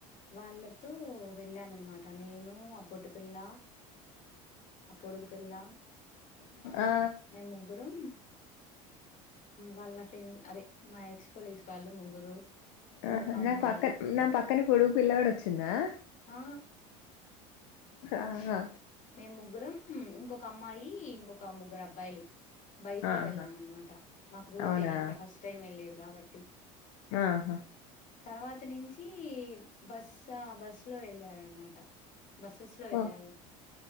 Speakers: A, on the left; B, on the left.
A: వాళ్ళతో వెళ్ళాం అనమాట నేను ఆ పొట్టి పిల్ల ఆ పొడుగు పిల్ల
B: ఆ
A: మేం ముగ ముగ్గురు వాళ్ళ ఫ్రెండ్ అదే మా ఎక్స్ కొలీగ్స్ వాళ్ళు ముగ్గురు ఇంకొక
B: ఆహ నా
A: అమ్మాయి
B: పక్క నా పక్కన పొడు పిల్లోడు వచ్చిందా
A: ఆ
B: ఆహా
A: మేము ముగ్గురం ఇంకొక అమ్మాయి ఇంకొక ముగ్గురు అబ్బాయిలు బైక్
B: ఆహా
A: లో వెళ్ళాం అనమాట మాకు రూట్
B: అవునా
A: తెలియక ఫస్ట్ టైం వెళ్లేది కాబట్టి
B: ఆహా
A: తర్వాత నుంచి బస్ బస్ లో వెళ్ళారనమాట బస్సస్ లో వెళ్ళాము
B: ఓ